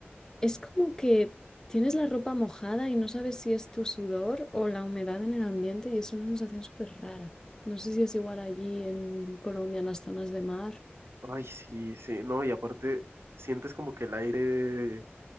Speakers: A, on the left; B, on the right.
A: es como que tienes la ropa mojada y no sabes si es tu sudor o la humedad en el ambiente y es una sensación súper rara. No sé si es igual allí en Colombia, en las zonas de mar.
B: Ay, sí, sí, no, y aparte sientes como que el aire